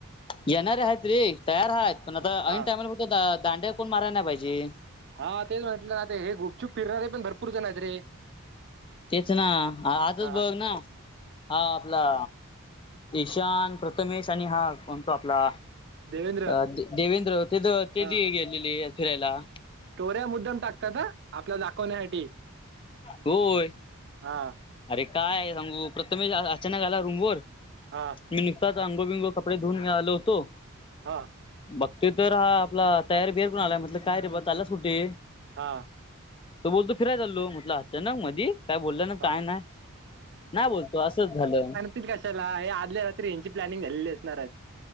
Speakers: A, on the left; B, on the right.
A: येणारे आहेत रे तयार आहेत पण आता
B: हा
A: ऐन टायमला बघतो दांडे कोण माराय नाही पाहिजे.
B: हा तेच म्हंटलं ना ते हे गुपचुप फिरणारे पण भरपूर जण आहेत रे.
A: तेच ना आजच
B: हा
A: बघ ना हा आपला ईशान, प्रथमेश आणि हा कोणतो आपला
B: देवेंद्र
A: अ दे देवेंद्र ते द ते
B: हा
A: ती गेलेली फिरायला.
B: स्टोऱ्या मुद्दाम टाकतात ह आपल्या दाखवण्यासाठी.
A: होय
B: हा
A: अरे काय सांगू प्रथमेष आ अचानक आला रूमवर
B: हां.
A: मी नुकताच अंगोबिंगो कपडे धुऊन आलो होतो.
B: हां
A: बघते तर हा आपला तयारी बिअर करून आलाय म्हटलं काय रे ब चालला कुटे?
B: हां.
A: तो बोलतो फिरायला चालो म्हटलं अचानक मधी. काय बोललं ना
B: हा
A: काय नाय नाय बोलतो असंच झालं.
B: तीत कशाला हे आदल्या रात्री यांची प्लॅनिंग झाल्ली असणार आहे.